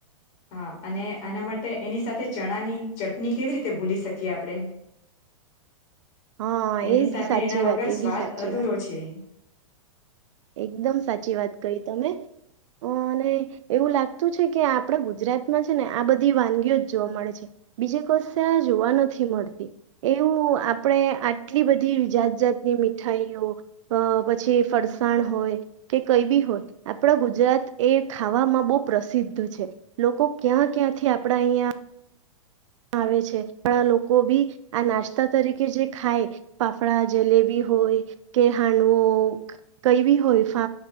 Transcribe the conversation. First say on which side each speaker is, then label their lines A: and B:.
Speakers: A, on the left (about 45°); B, on the right (about 65°).
A: હા અને આના માટે એની સાથે ચણાની ચટણી કેવી રીતે ભૂલી શકીએ આપણે
B: હા
A: એની
B: એ બી
A: સાથે
B: સાચી
A: એના વગર
B: વાત એ
A: સ્વાદ
B: બી સાચી
A: અધૂરો
B: વાત
A: છે.
B: એકદમ સાચી વાત કહી તમે અને એવું લાગતું છે, કે આપડા ગુજરાતમાં છે ને આ બધી વાનગીઓ જ જોવા મળે છે બીજે કોસ્ આ જોવા નથી મળતી એવું આપણેે આટલી બધી જાત જાતની મીઠાઈઓ પછી ફર ણ હોય કે કઈ બી હોય આપણા ગુજરાત એ ખાવામાં બહુ પ્રસિદ્ધ છે, લોકો ક્યાં ક્યાંથી આપણા અહીંયા આવે છે પણ આ લોકો બી આ નાસ્તા તરીકે જે ખાય ફાફડા જલેબી હોય કે હાંડવો કઈ બી હોય